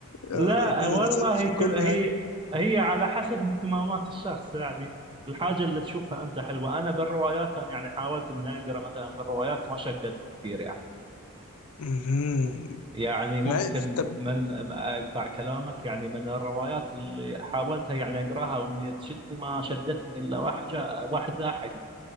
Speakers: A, on the right; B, on the left.
A: لا
B: آه، مش
A: والله
B: بتصير
A: كل
B: كله
A: هي
B: قلب
A: هي على حسب اهتمامات الشخص يعني الحاجة اللي تشوفها أنت حلوة أنا بالروايات أنا يعني حاولت إني أقرأ مثلا في الروايات ما شدتني كثير يعني
B: مهم.
A: يعني ممكن
B: ما طب
A: من أقطع كلامك يعني من الروايات اللي حاولتها يعني أقرأها وإني تشدني ما شدتني إلا واحدة واحدة حق